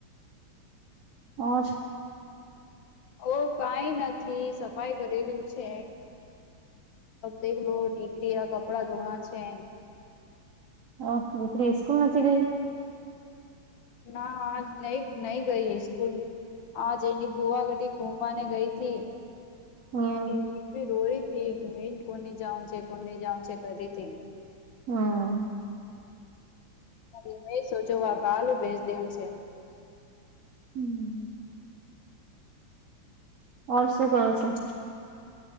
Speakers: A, on the right (about 70°); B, on the left (about 70°).
A: ઓ
B: ઓ કઈ નથી સફાઈ કરેલ્યું છે. દેખ લો કરી કપડાં ધોણા છે.
A: ઓ દીકરી સ્કૂલ નથી ગઈ.
B: ના આજ નહી નહી ગઈ સ્કૂલ. હા જેની ભુવાગઢટી ગુમવાને ગઈ થી
A: હમ
B: અની ડોરી ઠીક મેન કોની જાઉં છે કોની જાઉં છે ઘરીથી
A: હમ.
B: અરે મેં સોચો વા પાાલ ભેજ દેમ છે.
A: હમ. ઓર શું કર છે